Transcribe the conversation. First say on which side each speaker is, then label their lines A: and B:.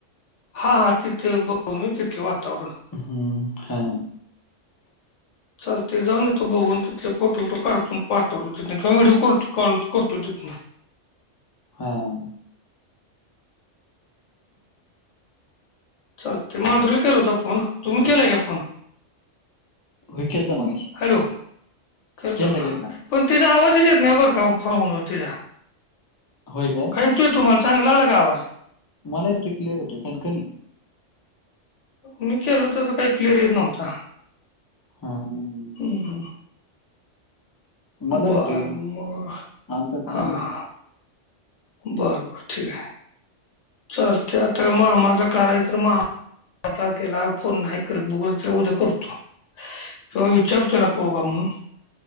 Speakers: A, on the left (about 70°); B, on the left (about 30°).
A: हा, हा तिथे बघून मी तिथले वातावरण.
B: हम्म, हा
A: चालतंय जाऊन येतो बघून, तिथले फोटो बीटो काढतो न पाठवतो तितन किंवा व्हिडिओ कॉल करतो तितन.
B: हां <inaudible>
A: चालतंय, माधुरीला केला होता फोन. तुम्ही केलाय का फोन?
B: होय केलता मगाशी
A: हॅलो, खेळता
B: केलता
A: का?
B: केलता
A: पण तिचा आवाजच येत नाही बरं का वो, पाव्हणं तिजा.
B: होय काय?
A: येतूय तुम्हाला? चांगला आला का आवाज?
B: मला येतो क्लिअर येतोय पण कमी.
A: मी केला त्याजा काही क्लिअर येत नव्हता.
B: हां, हुं, हुं.
A: हम्म.
B: मला
A: बर
B: येतोय
A: मग,
B: आलता चांगला
A: हां
B: आलता
A: बर बर ठीक हय. चालतंय आता, मामाचा काढायचा तर मा आता त्याला फोन नाही करत. बघू नाहीतर उद्या करतो. तुला विचारतो ना करू का म्हणून?